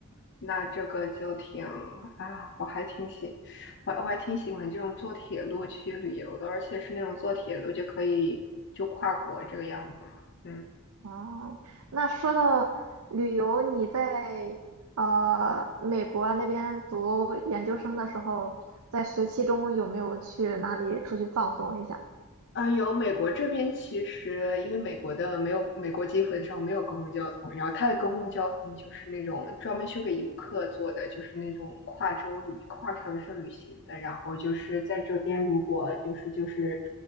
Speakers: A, on the left; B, on the right.
A: 那这个就挺啊，我还挺喜，我我还挺喜欢这种坐铁路去旅游的，而且是那种坐铁路就可以就跨国这个样子嘛。嗯。
B: 哦，那说到旅游，你在呃美国那边读研究生的时候，在学期中有没有去哪里出去放松一下？
A: 啊，有美国这边其实因为美国的没有美国基本上没有公共交通，然后它的公共交通就是那种专门修给游客做的，就是那种跨州旅、跨城市旅行的。然后就是在这边，如果就是就是